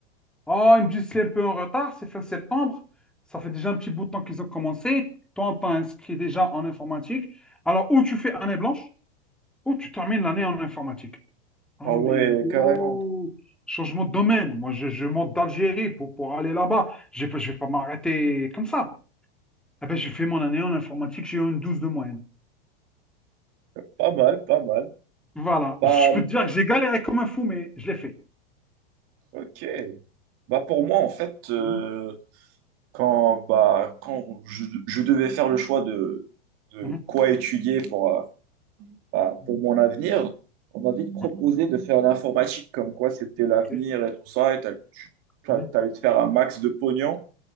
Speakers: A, in the centre; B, on the right (about 45°).
A: Oh, ils me disent c'est un peu en retard, c'est fin septembre, ça fait déjà un petit bout de temps qu'ils ont commencé, toi t'as inscrit déjà en informatique, alors ou tu fais année blanche, ou tu termines l'année en informatique. Ah,
B: ah ouais,
A: mais oh,
B: carrément.
A: changement de domaine. Moi, je, je monte d'Algérie pour, pour aller là-bas. Je ne je vais pas m'arrêter comme ça. Eh ben, j'ai fait mon année en informatique, j'ai eu une 12 de moyenne.
B: Pas mal, pas mal.
A: Voilà.
B: Bah,
A: Je peux te dire que j'ai galéré comme un fou, mais je l'ai fait.
B: ok. Bah, pour moi, en fait, euh,
A: Mhm,
B: quand, bah, quand je, je devais faire le choix de, de
A: mhm,
B: quoi étudier pour, euh, bah,
A: mhm.
B: pour mon avenir, on m'a vite proposé
A: Oui,
B: de faire l'informatique, comme quoi c'était l'avenir
A: ok.
B: et tout ça, et t'allais tu- t'allais-
A: Mhm,
B: t'allais te faire un max de pognon.